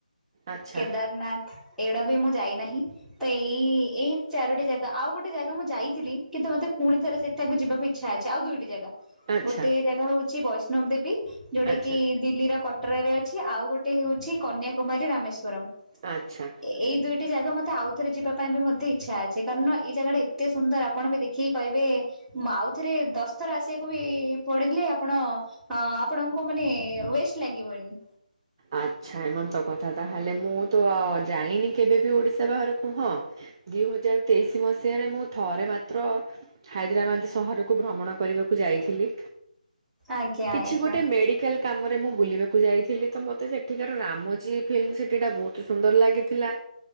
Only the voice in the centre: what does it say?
କେଦାରନାଥ ଏଇଡା ବି ମୁଁ ଯାଇନାହିଁ ତ ଏଇ ଏଇ ଚାରୋଟି ଜାଗା ତ ଆଉ ଗୋଟେ ଜାଗା ମୁଁ ଯାଇଥିଲି କିନ୍ତୁ ମତେ ପୁଣି ଥରେ ସେଠାକୁ ଯିବାକୁ ଇଚ୍ଛା ଅଛି ଆଉ ଦୁଇଟି ଜାଗା।
ଗୋଟେ ଜାଗା ହଉଛି ବୈଷ୍ଣବ ଦେବୀ ଯୋଉଟା
କି ଦିଲ୍ଲୀର କଟରାରେ ଅଛି ଆଉ ଗୋଟେ ହେଉଛି କନ୍ୟାକୁମାରୀ ରାମେଶ୍ଵରମ୍।
ଏଇ ଦୁଇଟି ଜାଗା ମତେ ଆଉଥରେ ଯିବା ପାଇଁ ବି ମଧ୍ୟ ଇଚ୍ଛା ଅଛି। କାରଣ ଏଇ ଜାଗା ଟା ଏତେ ସୁନ୍ଦର ଆପଣ ବି ଦେଖିକି କହିବେ ମୁଁ ଆଉଥରେ ଦଶଥର ଆସିବାକୁ ବି ପଡିଲେ ଆପଣ ଅ ଆପଣଙ୍କୁ ମାନେ ୱେଷ୍ଟ ଲାଗିବନି।
ଆଜ୍ଞା
ଆଜ୍ଞା